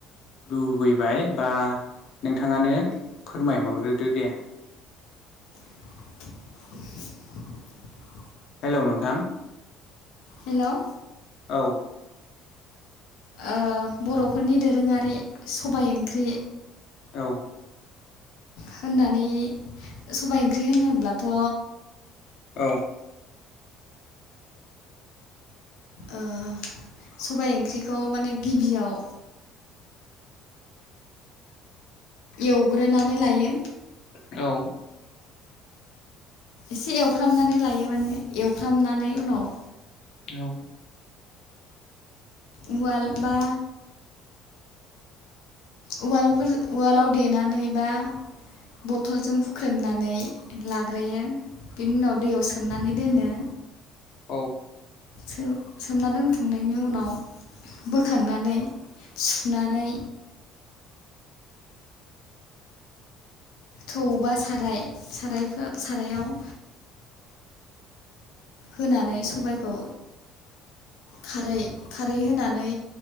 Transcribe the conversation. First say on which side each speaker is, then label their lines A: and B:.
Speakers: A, on the left; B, on the left.
A: लुबैबाय बा नोंथाङानो फोरमाय हरग्रोदो दे।
B: <inaudible>
A: हेलौ नोंथां
B: हेल'
A: औ
B: ओ बर'फोरनि दोरोङारि सबाय ओंख्रि
A: औ
B: होननानै सबाय ओंख्रि होनोब्लाथ'
A: औ
B: ओ सबाय ओंख्रिखौ माने गिबियाव एवग्रोनानै लायो।
A: औ
B: एसे एवफ्रामनानै लायो माने एवफ्रामनानै उनाव
A: औ
B: उवाल बा उवालफोर उवालाव देनानै बा बथलजों हुख्रेमनानै लाग्रोयो। बिनि उनाव दैयाव सोमनानै दोनो।
A: औ
B: सो-सोमना दोनखांनायनि उनाव बोखांनानै सुनानै थौबा साराय सारायफो सारायाव होनानै सबायखौ खारै खारै होनानै